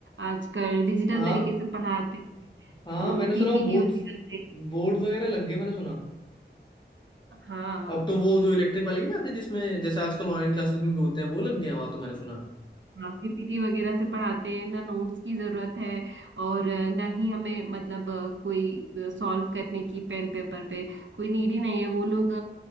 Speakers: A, on the right (about 85°); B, on the left (about 25°).
A: आजकल डिजिटल
B: हाँ
A: तरीके से पढ़ाते हैं,
B: हाँ मैंने
A: पीपीटी
B: सुना वो बोर्ड्स
A: वगैरह से
B: बोर्ड्स वगैरह लग गए मैंने सुना
A: हाँ
B: अब तो वो जो इलेक्ट्रिक वाले नहीं आते जिसमें जैसे आजकल ऑनलाइन क्लासेस में भी होते हैं वो लग गए हैं वहां तो मैंने सुना
A: हाँ पीपीटी वगैरह से पढ़ाते हैं ना नोट्स की जरूरत है और अ, ना ही हमें मतलब अ, कोई सॉल्व करने की पेन पेपर पे कोई नीड ही नहीं है वो लोग